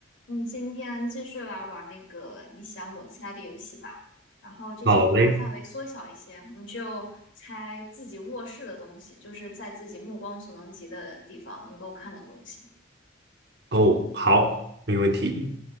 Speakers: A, on the left; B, on the right.
A: 我们今天继续来玩那个你想我猜的游戏吧。然后这次我们把范围缩小一些，
B: 好嘞，
A: 我们就猜自己卧室的东西，就是在自己目光所能及的地方能够看到的东西。
B: 哦，好，没问题。